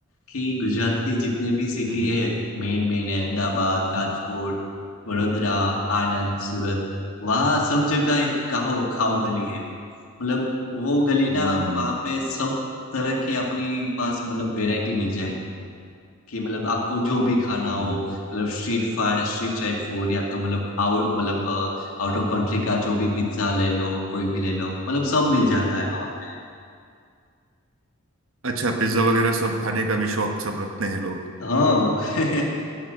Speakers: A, on the left; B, on the right.
A: कि गुजरात की जितने भी सिटी
B: हम्म
A: है मेन मेन है, अहमदाबाद राजकोट
B: हम्म
A: वडोदरा आनंद सूरत वहाँ सब जगह एक खाओ खाओ गली है मतलब वो गली
B: हम्म
A: ना वहाँ पे सब तरह की अपनी पास मतलब वैरायटी मिल जाएगी कि मतलब आपको जो भी खाना
B: हम्म।
A: हो मतलब street fire street side food या तो मतलब आउट मतलब आउट ऑफ कंट्री का जो भी पिज्जा ले लो कोई भी ले लो मतलब सब मिल जाता है वहां पे
B: अच्छा पिज्जा वगैरह सब खाने का भी शौक सब रखते हैं लोग
A: हाँ <laughs>